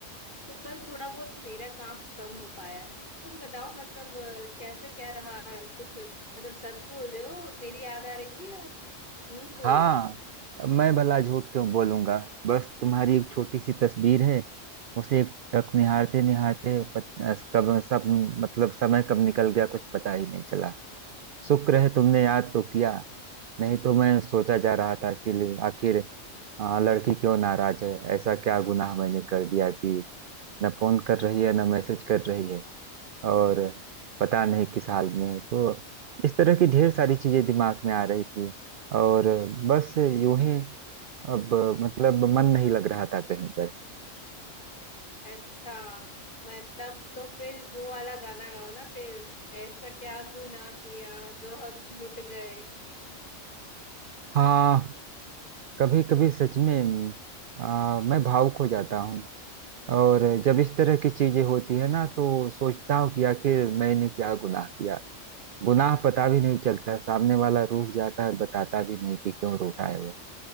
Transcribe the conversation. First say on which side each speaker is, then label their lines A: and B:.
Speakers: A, on the left (about 40°); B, on the right (about 60°).
A: तो कल थोड़ा बहुत मेरा काम कम हो पाया है तुम बताओ मतलब अ, कैसा क्या रहा है? कुछ मतलब सच बोल रहे हो मेरी याद आ रही थी या झूठ बोल
B: हाँ
A: रहे हो?
B: मैं भला झूठ क्यों बोलूंगा बस तुम्हारी एक छोटी सी तस्वीर है उसे एक टक निहारते निहारते पत, अस- कब सब मतलब समय कब निकल गया कुछ पता ही नहीं चला शुक्र है तुमने याद तो किया नहीं तो मैं सोचा जा रहा था कि ले- आखिर आ, लड़की क्यों नाराज है ऐसा क्या गुनाह मैंने कर दिया कि न फोन कर रही है न मैसेज कर रही है और पता नहीं किस हाल में है तो इस तरह की ढेर सारी चीजें दिमाग में आ रही थी और बस यूं ही अब मतलब मन नहीं लग रहा था कहीं पर
A: अच्छा मतलब तो फिर वो वाला गाना गाओ ना फिर ऐसा क्या गुनाह किया जो हम लुट गए
B: हाँ कभी कभी सच में आ, मैं भावुक हो जाता हूँ और जब इस तरह की चीजें होती है ना तो सोचता हूँ कि आखिर मैंने क्या गुनाह किया गुनाह पता भी नहीं चलता सामने वाला रूठ जाता है और बताता भी नहीं कि क्यों रूठा है वह